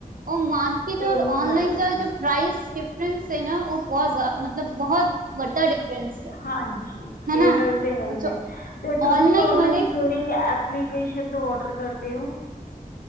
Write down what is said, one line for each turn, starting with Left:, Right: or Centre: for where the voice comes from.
Right: ਉਹ ਮਾਰਕੀਟ ਔਰ
Left: ਇਹੀ
Right: ਔਨਲਾਈਨ
Left: ਗੱਲ
Right: ਦਾ
Left: ਹੈ
Right: ਜੋ ਪ੍ਰਾਈਸ ਡਿਫਰੈਂਸ ਹੈ। ਨਾ ਉਹ ਬਹੁਤ ਮਤਲਬ ਬਹੁਤ ਵੱਡਾ ਡਿਫਰੈਂਸ ਹੈ।
Left: ਹਾਂਜੀ,
Right: ਹਨਾ
Left: ਇਹ ਗੱਲ ਤੇ ਹੈ ਹੀ
Right: ਅੱਛਾ
Left: ਹੈ। ਤੇ ਤੁਸੀਂ
Right: ਔਨਲਾਈਨ
Left: ਓਨਲਾਈਨ
Right: ਵਾਲੇ
Left: ਐਪਲੀਕੇਸ਼ਨ ਤੋਂ ਔਡਰ ਕਰਦੇ ਹੋ।